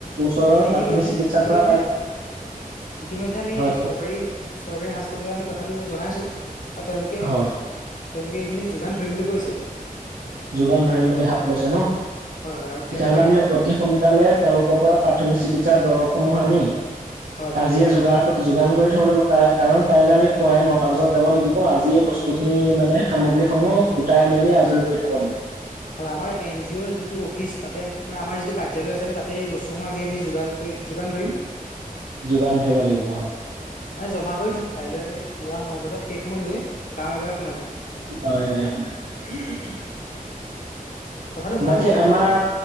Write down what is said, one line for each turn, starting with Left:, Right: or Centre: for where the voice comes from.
Right: ওচৰৰ
Left: নাই
Right: প্ৰাথমিক
Left: ইতিমধ্যে
Right: চিকিৎসাৰ
Left: ইতিমধ্যে
Right: পৰা পাই যাওঁ।
Left: ইতিমধ্যে আমি
Right: হয় কওকচোন
Left: চৰকাৰী চৰকাৰী হস্পিতালত আমি কথাটো জনাইছো আৰু তেওঁলোকে তেওঁলোকে
Right: হয়
Left: এইখিনি যোগান ধৰিম বুলি কৈছে।
Right: যোগান ধৰিম বুলি হাত লৈছে
Left: হয়
Right: ন,
Left: হয় হয় আৰু তেওঁলোকে
Right: তেতিয়াহ'লে আমি অতি সোনকালে তেওঁলোকৰ পৰা প্ৰাথমিক চিকিৎসাৰ দ্ৰৱসমূহ আনি
Left: হয়।
Right: আজিয়ে যোগাৰ যোগান কৰি থ'ব লাগিব কাৰণ কাইলৈ আমি পুৱাই নটা বজাত যাব লাগিব। অ', আজি এই বস্তুখিনি
Left: হয়
Right: মানে সামগ্ৰীসমূহ গোটাই মেলি আজৰি কৰি থ'ব লাগিব।
Left: হয়, আমাৰ এন জি অ'ৰ যিটো অফিচ তাতে আমাৰ যিটো কাৰ্যালয় আছে আমি তাতে বস্তুসমূহ আজি আনি যোগান কৰি যোগান ধৰিম।
Right: যোগান ধৰিব লাগিব হয়।
Left: মানে জমা কৰি থম কাইলৈ আমি পুৱা ন বজাত সেইসমূহ লৈ গাওঁয়ে গাওঁয়ে সোমাই যাম।
Right: গাওঁয়ে গাওঁয়ে সোমাম।
Left: <inaudible> কথাটো ভাল
Right: বাকী
Left: হ'ব বাৰু
Right: আমাৰ